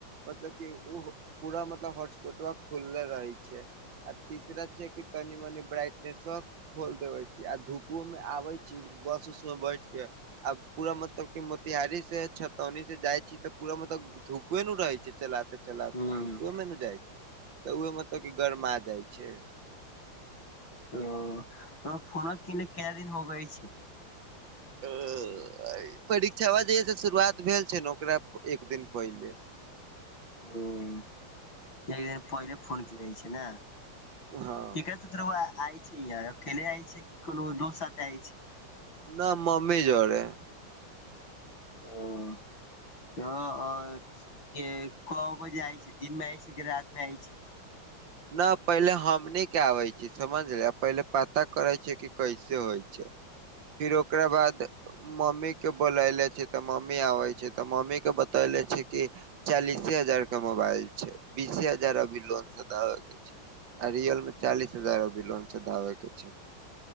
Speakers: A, on the right (about 65°); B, on the left (about 65°).
A: मतलब की ऊह पूरा मतलब हॉटस्पॉटवा खुलले रहे छै। आ तीसरा छै कि तनि मनी ब्राइटनेसवा खोल देबे छीयै आ धूपवो में आबै छी बस उस में बैठ के आब पूरा मतलब कि मत तैयारी से छतौनी से जाय छी तऽ पूरा मतलब धूपवे न उ रहे छै चला त चलाबते-चलाबते
B: हूँ
A: धुपवे मे नै जाइ तऽ उहो मतलब कि गरमा जाय छै।
B: ओ तोहर फोनवा किने कै दिन हो गैल छै। <inaudible>
A: अ आई परीक्षवा जहिया से शुरुआत भेल छै नै ओकरा एक दिन पहिले
B: ओ एक दिना पहिले फोन किनेै छीयै नै
A: हँ
B: की कह <unintelligible> ऐल छैयै अकेले ऐल छै कि कुनु दोस्त साथ ऐल छै।
A: न मम्मी जोरे हय।
B: औ। तऽ और के कब जाए छै, दिन मे आय छै कि रात मे आय छै?
A: न पहिले हमनी के आबै छीयै समझलिए पहिले पता करै छीयै कि कैसे होय छै। फिर ओकरा बाद मम्मी के बोलेले छी तऽ मम्मी आबे छै तऽ मम्मी के बतेले छै कि चालीसे हजार क मोबाइल छै बीसे हजार अभी लोन द अके छै आ रियल मे चालीस हजार अभी लोन छदाबे के छै।